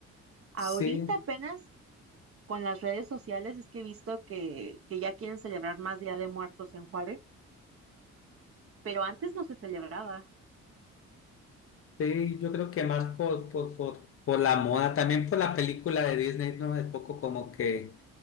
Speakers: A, on the right; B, on the left.
A: Ahorita
B: sí.
A: apenas con las redes sociales es que he visto que, que ya quieren celebrar más Día de Muertos en Juárez, pero antes no se celebraba.
B: Sí, yo creo que más por, por, por, por la moda, también por la película de Disney, ¿no? De Coco como que